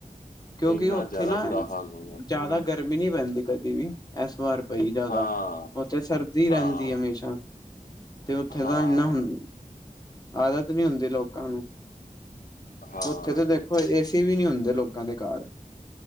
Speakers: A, on the left; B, on the left.
A: ਕੇਓਕਿ
B: ਇੰਨਾ
A: ਓਥੇ
B: ਜ਼ਿਆਦਾ
A: ਨਾ
B: ਬੁਰਾ ਹਾਲ ਹੋ ਗਿਆ
A: ਜਾਦਾ ਗਰਮੀ ਨੀ ਪੈਂਦੀ ਕਦੀ ਵੀ। ਐਸ ਵਾਰ ਪਈ ਜਾਦਾ,
B: ਹਾਂ
A: ਓਥੇ ਸਰਦੀ ਰੈਂਦੀ
B: ਹਾਂ
A: ਹਮੇਸ਼ਾ। ਤੇ ਓਥੇ
B: ਹਾਂ
A: ਦਾ ਨਾ ਹੁੰਨ, ਆਦਤ ਨੀ ਹੁੰਦੀ ਲੋਕਾਂ ਨੂੰ।
B: ਹਾਂ
A: ਓਥੇ ਤਾਂ ਦੇਖੋ ਏ ਸੀ ਵੀ ਨੀ ਹੁੰਦੇ ਲੋਕਾਂ ਦੇ ਘਾਰ।